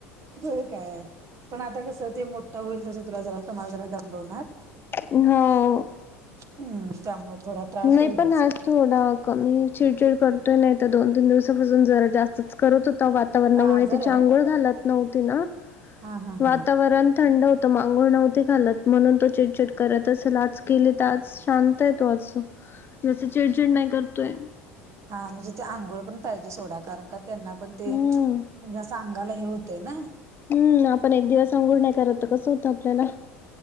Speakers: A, on the right; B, on the left.
A: वय काय! पण आता कसं ते मोठं होईल तस तुला जरा तुम्हाला जरा दांबवणार
B: हो
A: हम्म त्यामुळे थोडा त्रास
B: नाही
A: होईलच
B: पण आ ज थोडा कमी चिडचीड करतोय नाही. तर दोन तीन दिवसापासून जरा जास्तच करत होता. वाताणामुळे
A: का आजार आहे
B: आंघोळ घालत नव्हती ना!
A: हा हा
B: वातावरण
A: हा
B: थंड तर मग आंघोळ नव्हती खालत म्हणून तो जरा चडचिड करत असेल. आज केले तर आज शांत आहे. तो आज चिडचिड नाही करतोय.
A: हा म्हणजे ते आंघोळ पण पाहिजे. सोडा कारण त्यांना पण
B: हम्म
A: ते म्हणजे अस अगाला हे होतय ना!
B: हम्म आपण एक दिवस अंघोळ नाही करत कसं होतं. आपल्याला